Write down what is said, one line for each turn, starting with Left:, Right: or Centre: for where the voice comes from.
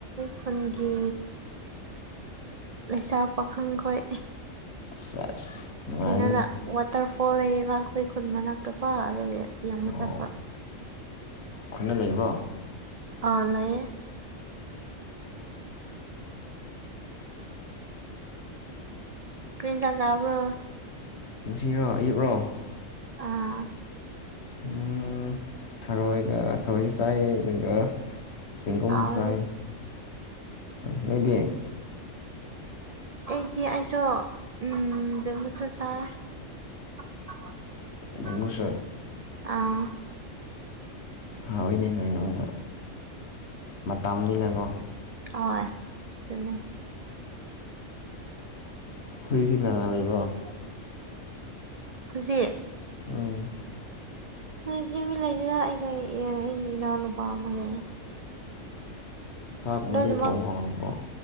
Right: ꯈꯨꯟꯒꯤ ꯂꯩꯁꯥ ꯄꯥꯈꯪ ꯈꯣꯏ
Left: ꯁꯦꯁ ꯅꯨꯡꯉꯥꯏꯔꯤꯅꯦ
Right: ꯀꯩꯅꯣꯗ ꯋꯥꯇꯔ ꯐꯣꯜ ꯂꯩꯌꯦꯕ ꯑꯩꯈꯣꯏ ꯈꯨꯟ ꯃꯅꯥꯛꯇꯀꯣ ꯑꯗꯨꯒꯤ ꯌꯦꯡꯕ
Left: ꯑꯣ
Right: ꯆꯠꯄ꯫
Left: ꯈꯨꯟꯗ ꯂꯩꯕ꯭ꯔꯣ꯫
Right: ꯑ ꯂꯩꯌꯦ꯫ ꯀ꯭ꯔꯤ ꯏꯟꯁꯥꯡ ꯆꯥꯕ꯭ꯔꯣ꯫
Left: ꯉꯁꯤꯔꯣ ꯑꯌꯨꯛꯔꯣ꯫
Right: ꯑꯥ꯫
Left: ꯎꯝ ꯊꯔꯣꯏꯒ ꯊꯔꯣꯏꯁꯨ ꯆꯥꯏ ꯑꯗꯨꯒ ꯆꯦꯡꯒꯨꯝꯁꯨ
Right: ꯍꯥꯎꯅꯤ
Left: ꯆꯥꯏ꯫ ꯎꯝ ꯅꯣꯏꯗꯤ꯫
Right: ꯑꯩꯗꯤ ꯑꯩꯁꯨ ꯎꯝ ꯕꯦꯝꯕꯨꯨꯁꯨꯠ ꯆꯥꯏ꯫ <unintelligible>
Left: ꯕꯦꯝꯕꯨꯁꯨꯠ꯫
Right: ꯑꯥ꯫
Left: ꯍꯧꯏꯅꯦ ꯅꯣꯏꯅ ꯑꯃꯨꯛ ꯃꯇꯝꯅꯤꯅꯀꯣ꯫
Right: ꯍꯣꯏ ꯗꯨꯅꯤ꯫
Left: ꯍꯨꯏꯗꯤ ꯀꯅꯥ ꯀꯅ ꯂꯩꯕ꯭ꯔꯣ꯫
Right: ꯍꯨꯖꯤꯛ꯫
Left: ꯎꯝ
Right: ꯍꯧꯖꯤꯛꯇꯤ ꯃꯤ ꯂꯩꯗꯦꯗ ꯑꯩꯈꯣꯏ ꯑꯩꯒꯤ ꯏꯅꯥꯎ ꯅꯨꯨꯄꯥ ꯑꯃ ꯂꯩꯌꯦ꯫
Left: ꯆꯥꯛꯀꯨꯝꯕꯗꯤ
Right: ꯂꯣꯏꯅꯃꯛ
Left: ꯊꯣꯡ ꯍꯧꯔꯕꯣ